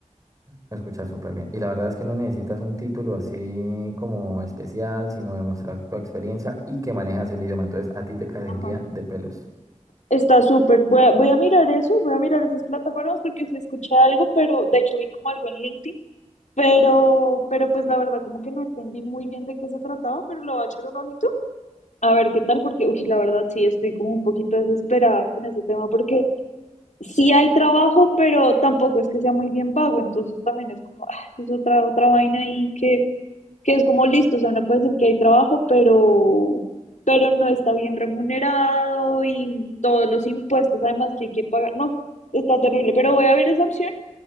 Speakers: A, on the right; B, on the left.
A: Se escucha súper bien. Y la verdad es que no necesitas un título así como especial, sino demostrar tu experiencia y que manejas el idioma. Entonces, a ti te caería
B: Ajá.
A: de pelos.
B: Está súper. Voy a, voy a mirar eso, voy a mirar esas plataformas porque sí escuché algo, pero de hecho vi como algo en LinkedIn, pero, pero pues la verdad como que no entendí muy bien de qué se trataba, pero le voy a echar un ojito a ver qué tal, porque uy, la verdad sí estoy como un poquito desesperada con ese tema porque sí hay trabajo, pero tampoco es que sea muy bien pago, entonces también es como, ah, es otra, otra vaina ahí que que es como listo, o sea, uno puede decir que hay trabajo, pero, pero no está bien remunerado y todos los impuestos además que hay que pagar, no, está terrible, pero voy a ver esa opción,